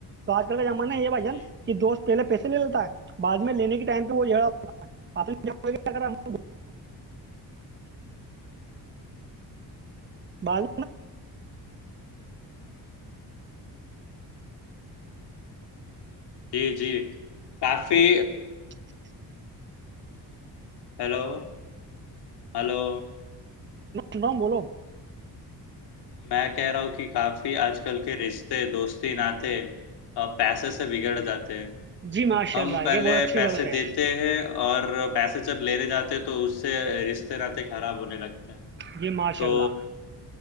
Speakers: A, on the right (about 30°); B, on the left (about 80°).
A: تو آج کل کا زمانہ ہے یہ بھائی جان
B: جی
A: کہ دوست پہلے پیسے لیتا ہے بعد میں لینے کے ٹائم پہ وہ جڑا ہوتا ہے اپنے اگر ہم <inaudible> بال
B: جی جی کافی
A: <inaudible>
B: ہیلو ہیلو
A: امام بولو
B: میں کہہ رہا ہوں کہ کافی آج کل کے رشتے دوستی ناتے پیسے سے بگڑ جاتے ہیں
A: جی ماشاء
B: ہم
A: اللہ
B: پہلے
A: یہ بہت اچھی
B: پیسے
A: بات ہے
B: دیتے ہیں اور اور پیسے جب لینے جاتے تو اس سے رشتے ناطے خراب ہونے لگتے ہیں
A: جی ماشاء
B: تو
A: اللہ